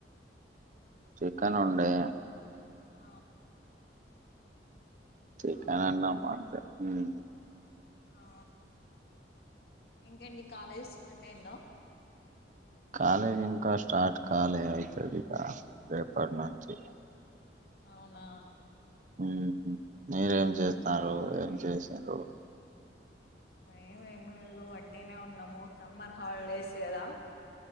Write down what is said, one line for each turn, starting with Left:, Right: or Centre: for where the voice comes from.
Right: చికెన్ ఉండే
Left: ఆ
Right: చికనన్న
Left: అవునా
Right: మటన్ మ్
Left: ఆ ఇంకేండి కాలేజ్ స్టార్ట్ అయిందా
Right: కాలేద్ ఇంకా స్టార్ట్ కాలె అయితది ఇగా రేపటి నుంచి
Left: అవునా
Right: ఉహు మీరేం చేస్తాన్రు, ఏం చేసిన్రు?
Left: ఏం ఏమి లేదు వాట్టిగనే ఉన్నము సమ్మర్ హాలిడేస్ కదా.